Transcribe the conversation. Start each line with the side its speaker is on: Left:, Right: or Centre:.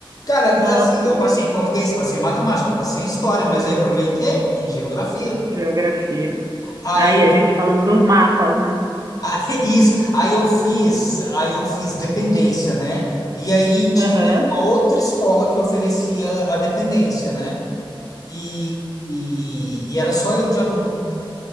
Left: Cara, é
Right: nossa
Left: assim, eu passei
Right: senhora.
Left: em português, passei em matemática, passei em história, mas eu reprovei em quê? Em geografia.
Right: Geografia.
Left: Aí
Right: Aí,
Left: eu,
Right: a gente falando dos mapas, né?
Left: <laughs> aí, isso, aí eu fiz, aí eu fiz dependência, né? E aí tinha
Right: Aham.
Left: era uma outra escola que oferecia a dependência, né? E, e, e era só eu de aluno.